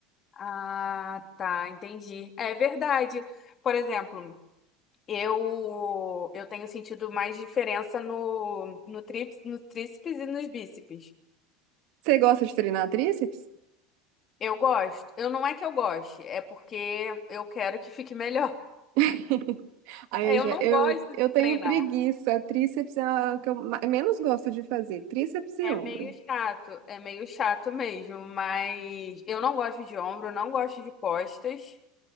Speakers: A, on the left; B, on the right.
A: Ah, tá, entendi. É verdade. Por exemplo, eu eu tenho sentido mais diferença no no trips, no tríceps e nos bíceps.
B: Você gosta de treinar tríceps?
A: Eu gosto. Eu não é que eu goste, é porque eu quero que fique melhor. <laughs>
B: <laughs> Aí
A: Eu
B: já,
A: não
B: eu,
A: gosto
B: eu
A: de
B: tenho
A: treinar.
B: preguiça. Tríceps é o que eu ma- menos gosto de fazer. Tríceps e
A: É
B: ombro.
A: meio chato, é meio chato mesmo, mas eu não gosto de ombro, não gosto de costas,